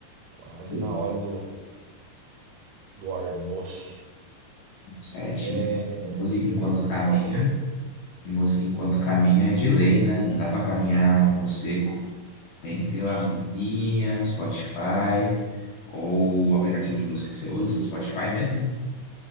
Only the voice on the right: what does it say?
quase
na hora do, do almoço.
É,
eu ia perguntar
até pra.
Sim.